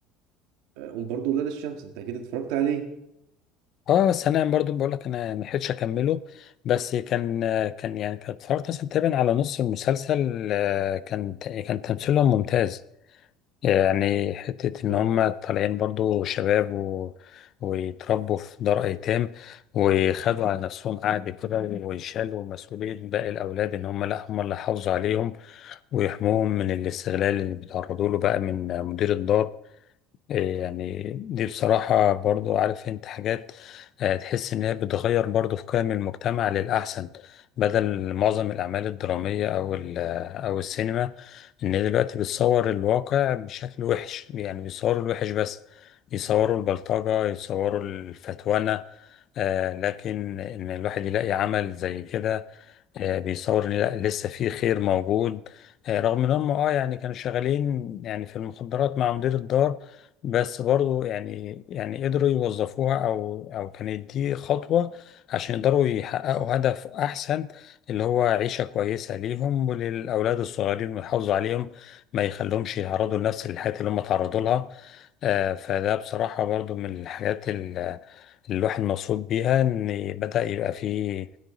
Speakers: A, on the right; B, on the left.
A: آه، وبرضه ولاد الشمس انت اكيد اتفرجت عليه
B: اه بس انا برضو بقول لك انا ما لحقتش اكمله بس كان كان يعني كنت اتفرجت مثلا تقريبا على نص المسلسل آه، كان كان تمثيلهم ممتاز يعني حتة
A: لا.
B: ان هم طالعين برضو شباب و... ويتربوا في دار ايتام وخدوا على نفسهم قعد كده ويشالوا مسؤولية باقي الاولاد ان هم لا هم اللي حافظوا عليهم ويحموهم من الاستغلال اللي بيتعرضوا له بقى من مدير الدار إيه يعني دي بصراحة برضو عارف انت حاجات آه، تحس ان هي بتغير برضو في قيم المجتمع للأحسن بدل معظم الأعمال الدرامية أو ال- أو السينما إن هي دلوقتي بتصور الواقع بشكل وحش يعني بيصوروا الوحش بس يصوروا البلطجة يصوروا الفتوانة آه، لكن إن الواحد يلاقي عمل زي كده آه، بيصور ان لا لسه في خير موجود آه، رغم ان هم اه يعني كانوا شغالين يعني في المخدرات مع مدير الدار بس برضو يعني يعني قدروا يوظفوها او او كانت دي خطوة عشان يقدروا يحققوا هدف احسن اللي هو عيشة كويسة ليهم وللاولاد الصغيرين ويحافظوا عليهم ما يخليهمش يتعرضوا لنفس الحياة اللي هم تعرضوا لها آه، فده بصراحة برضو من الحاجات ال- اللي الواحد مبسوط بيها ان بدأ يبقى فيه